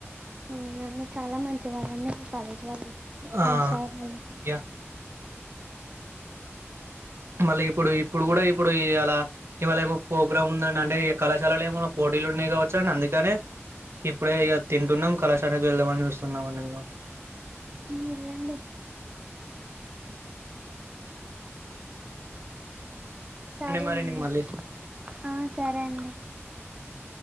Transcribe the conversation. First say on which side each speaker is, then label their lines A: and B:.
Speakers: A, on the right; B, on the right.
A: అవున అండి చాలా మంచి వారండి మీ కాలేజీ వాళ్ళు
B: ఆ
A: కళాశాల వాళ్ళు
B: ఇగ మళ్ళీ ఇప్పుడు ఇప్పుడు కూడా ఇప్పుడు ఇ అలా ఇవాళ ఏమో ప్రోగ్రాం ఉందండి అంటే కళాశాలలు ఏమనా పోటీలు ఉన్నాయి కావచ్చండి అందుకనే ఇప్పుడే ఇక తింటున్నాం కళాశాలకు వెళ్దామని చూస్తున్నామ్మ్ అండి మేము
A: వెళ్ళండి సరే
B: మరి
A: అండి
B: నేను మళ్ళీ
A: ఆ సరే అండి
B: పే